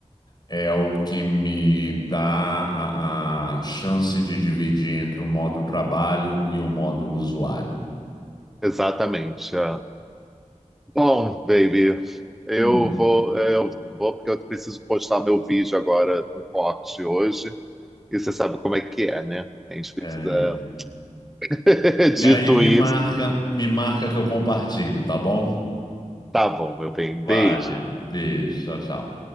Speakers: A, on the left (about 35°); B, in the centre.
A: é o que me dá a, a chance de dividir entre o modo trabalho e o modo usuário.
B: exatamente. é. Bom, baby, eu
A: Hum,
B: vou, eu vou porque eu preciso postar meu vídeo agora, um corte hoje. E você sabe como é que é, né? A gente precisa
A: é.
B: <laughs>
A: E
B: Dito
A: aí me
B: isso,
A: marca, me marca que eu compartilho, tá bom?
B: tá bom, meu bem.
A: Vale.
B: Beijo.
A: Beijo. Tchau, tchau.